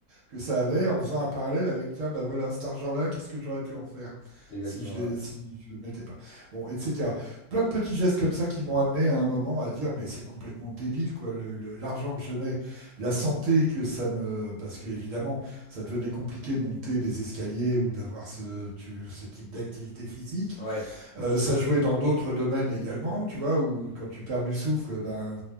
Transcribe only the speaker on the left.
Exactement.
ouais. Ouais.